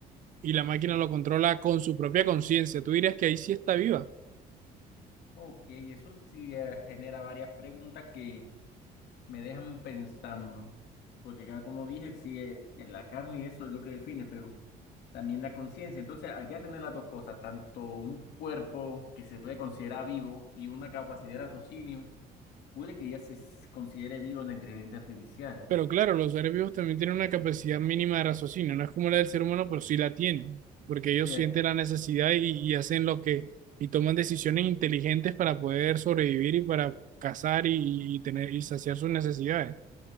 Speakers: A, on the right; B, on the left.
A: y la máquina
B: Mm,
A: lo controla con su propia conciencia, ¿tú dirías que ahí sí está viva?
B: Ok, eso sí eh, genera varias preguntas que me dejan pensando, porque claro, como dije, sí, eh, en la carne y eso es lo que define, pero también la conciencia. Entonces, al ya tener las dos cosas, tanto un cuerpo que se puede considerar vivo y una capacidad de raciocinio, puede que ya se s- considere vivo en la inteligencia artificial,
A: Pero claro, los seres vivos también tienen una capacidad mínima de raciocinio, no es como la del ser humano, pero sí la tienen, porque ellos
B: ¿cierto?
A: sienten la necesidad y, y hacen lo que, y toman decisiones inteligentes para poder sobrevivir y para cazar y, y tener y saciar sus necesidades.